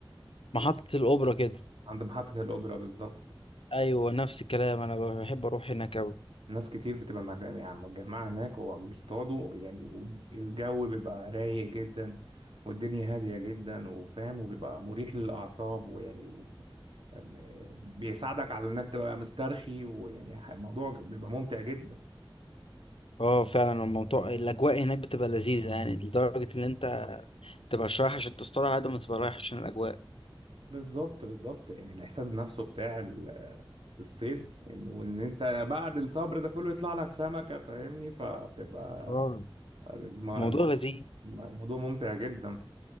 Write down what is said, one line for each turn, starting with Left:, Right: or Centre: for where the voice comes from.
Left: محطه الاوبرا كده
Right: عند محطة الأوبرا بالظبط
Left: ايوه نفس الكلام انا بحب اروح هناك اوي
Right: ناس كتير بتبقى مج- يعني متجمعة هناك وبيصطادوا يعني والجو بيبقى رايق جدا والدنيا هادية جدا وفاهم وبيبقى مريح للأعصاب ويعني و... أم- بيساعدك على إنك تبقى مسترخي ويعني ح- الموضوع بيبقى ممتع جدا
Left: اه فعلا الموضوع الاجواء هناك بتبقى لذيذه يعني لدرجه ان انت تبقى رايح عشان تصطاد على قد ما تبقى رايح عشان الاجواء
Right: بالظبط بالظبط يعني الإحساس بنفسه بتاع ال- الصيد يعني وإن أنت بعد الصبر ده كله يطلع لك سمكة فاهمني فبتبقى
Left: اه
Right: م-
Left: الموضوع
Right: موضوع
Left: لذيذ
Right: موضوع ممتع جدا